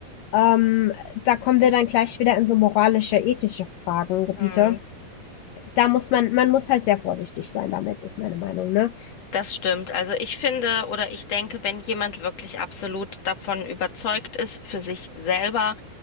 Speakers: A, on the left; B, on the left.
A: Ähm, da kommen wir dann gleich wieder in so moralische, ethische Fragen, Gebiete.
B: Hm.
A: Da muss man, man muss halt sehr vorsichtig sein damit, ist meine Meinung, ne?
B: Das stimmt. Also ich finde oder ich denke, wenn jemand wirklich absolut davon überzeugt ist, für sich selber,